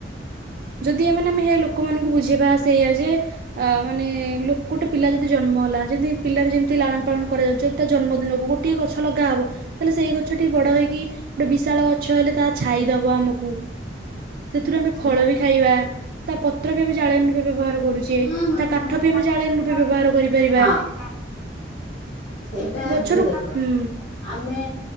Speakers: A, on the right; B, on the left.
A: ଯଦି ମାନେ ଆମେ ଲୋକମାନଙ୍କୁ ବୁଝେଇବା ସେଇଆ ଯେ ଆ ମାନେ ଲୋକଟେ ପିଲା ଯଦି ଜନ୍ମ ହେଲା ଯେମିତି ପିଲାର ଯେମିତି ଲାଳନ ପାଳନ କରାଯାଉଚି ତା ଜନ୍ମଦିନକୁ ଗୋଟିଏ ଗଛ ଲଗା ହବ ତାହେଲେ ସେଇ ଗଛଟି ବଡ ହେଇକି ଗୋଟେ ବିଶାଳ ଗଛ ହେଲେ ତା ଛାଇଦବ ଆମକୁ। ସେଥିରୁ ଆମେ
B: ସେ
A: ଫଳ ବି ଖାଇବା ତା ପତ୍ର ବି ଆମେ ଜାଳଣୀରେ ବି ବ୍ୟବହାର କରୁଚେ
B: ହୁଁ ହୁଁ
A: ତା କା
B: ହୁଁ
A: ଠ ବି ଆମେ ଜାଳେଣି ରୂପେ ବ୍ୟବହାର କରିପାରିବା।
B: ହଁ। ସେଇଟା
A: ଗଛରୁ
B: ଝିଅ ଦେଖ
A: ହୁଁ
B: ଆମେ